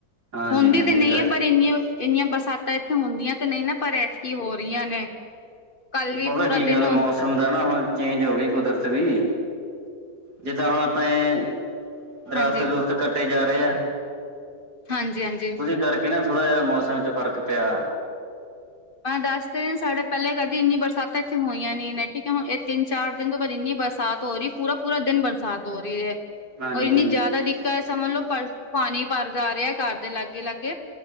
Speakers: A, on the right (about 85°); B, on the left (about 35°).
A: ਹਾਂਜੀ
B: ਹੁੰਦੀ
A: ਹਾਂਜੀ
B: ਤੇ ਨਹੀਂ
A: ਇਹ ਤਾਂ
B: ਹੈ‌।
A: ਹੈ
B: ਪਰ ਇੰਨੀਆਂ ਇੰਨੀਆਂ ਬਰਸਾਤਾਂ ਇੱਥੇ ਹੁੰਦੀਆਂ ਤੇ ਨਹੀਂ ਨਾ। ਪਰ ਐਤਕੀ ਹੋ ਰਹੀਆਂ ਨੇ। ਕੱਲ ਵੀ
A: ਪਤਾ
B: ਪੂਰਾ
A: ਕੀ
B: ਦਿਨ
A: ਗੱਲ
B: ਹੁਣ
A: ਐ। ਮੌਸਮ ਦਾ ਨਾ ਹੁਣ ਚੇਂਜ ਹੋ ਗਈ ਕੁਦਰਤ ਵੀ ਜਿੱਦਾਂ ਹੁਣ ਆਪਣੇ ਦਰੱਖਤ
B: ਹਾਂਜੀ
A: -ਦੁਰੱਖਤ ਕੱਟੇ ਜਾ ਰਹੇ ਐ।
B: ਹਾਂਜੀ ਹਾਂਜੀ।
A: ਇਸ ਕਰਕੇ ਨਾ ਥੋੜਾ ਜਿਹਾ ਮੌਸਮ ਚ ਫਰਕ ਪਿਆ।
B: ਮੈਂ ਦੱਸ ਤੇ ਰਹੀ। ਸਾਡੇ ਪਹਿਲੇ ਕਦੀ ਇੰਨੀ ਬਰਸਾਤਾਂ ਇੱਥੇ ਹੋਈਆਂ ਨੀ। ਨੇ ਠੀਕ ਹੈ ਹੁਣ ਇਹ ਤਿੰਨ- ਚਾਰ ਦਿਨ ਤੋਂ ਬਾਅਦ ਇੰਨੀ ਬਰਸਾਤ ਹੋ ਰਹੀ। ਪੂਰਾ ਪੂਰਾ ਦਿਨ ਬਰਸਾਤ ਹੋ ਰਹੀ ਹੈ।
A: ਹਾਂਜੀ
B: ਔਰ ਇੰਨੀ,
A: ਹਾਂਜੀ
B: ਜ਼ਿਆਦਾ ਦਿੱਕਤ ਹੈ, ਸਮਝ ਲਓ ਪਰ, ਪਾਣੀ ਭਰ ਜਾ ਰਿਹਾ, ਘਰ ਦੇ ਲਾਗੇ- ਲਾਗੇ।